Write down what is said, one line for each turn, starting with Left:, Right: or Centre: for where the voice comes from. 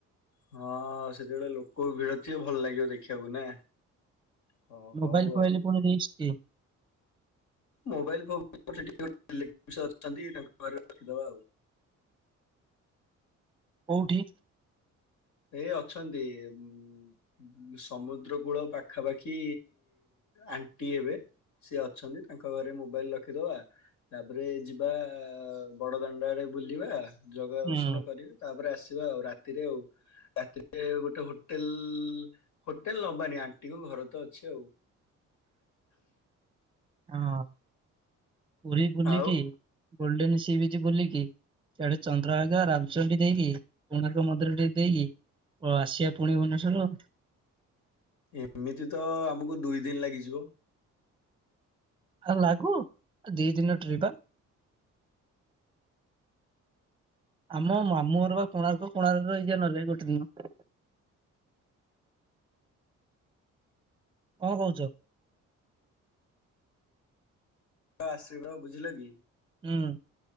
Left: ହଁ ସେତେବେଳେ ଲୋକ ଭିଡ ଥିବ ଭଲ ଲାଗିବ ଦେଖିଆକୁ ନା। ହଁ ହଉ
Right: ମୋବାଇଲ ଫୋବାଇଲି
Left: ଆଉ
Right: ପୁଣି ରିସ୍କ କି।
Left: ମୋବାଇଲ ଫୋବାଇଲି ସେଠି <unintelligible> ରିଲେଟିଭ୍ସ ଅଛନ୍ତି ତାଙ୍କ ଘରେ ରଖିଦବା ଆଉ।
Right: କୋଉଠି?
Left: ଏଇ ଅଛନ୍ତି ଉଁ ସମୁଦ୍ର କୂଳ ପାଖାପାଖି ଆଣ୍ଟି ହେବେ ସେ ଅଛନ୍ତି ତାଙ୍କ ଘରେ ମୋବାଇଲ ରଖିଦବା ତାପରେ ଯିବା ବଡ ଦାଣ୍ଡ ଆଡେ ବୁଲିବା ଜଗା ଦର୍ଶନ
Right: ହୁଁ
Left: କରିବେ ତାପରେ ଆସି ଯିବା ଆଉ ରାତିରେ ଆଉ। ରାତିରେ ଗୋଟେ ହୋଟେଲ୍ ହୋଟେଲ୍ ନବାନି ଆଣ୍ଟିଙ୍କ ଘର ତ ଅଛି ଆଉ।
Right: ହଁ। ପୁରୀ ବୁଲିକି
Left: ଆଉ
Right: ଗୋଲ୍ଡେନ ସିବିଚ୍ ବୁଲିକି ସେଆଡେ ଚନ୍ଦ୍ରଭାଗ ରାମଚଣ୍ଡୀ ଦେଇକି କୋଣାର୍କ ମନ୍ଦିର ଟେ ଦେଇକି ଆସିବା ପୁଣି ଭୁବନେଶ୍ଵର।
Left: ଏମିତି ତ ଆମକୁ ଦୁଇ ଦିନ ଲାଗିଯିବ
Right: ଆଉ ଲାଗୁ ଦି ଦିନ ଟ୍ରିପ ପା ଆମ ମାମୁଁଘର ବା କୋଣାର୍କ, କୋଣାର୍କ ରେ ରହିଯିବା ନହଲେ ଗୋଟେ ଦିନ। କଣ କହୁଛ।
Left: ଆସିବା ବୁଝିଲ କି?
Right: ହୁଁ